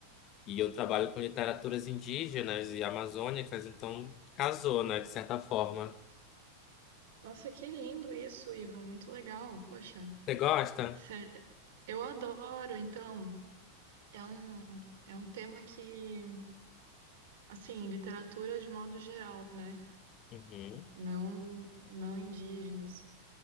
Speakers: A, on the left; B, on the right.
A: E eu trabalho com literaturas indígenas e amazônicas, então casou, né, de certa forma.
B: Nossa, que lindo isso, Ivo, muito legal. Poxa,
A: Você gosta?
B: sé- eu adoro, então, é um, é um tema que, assim, literatura de modo geral, né?
A: Uhum.
B: não não indígenas,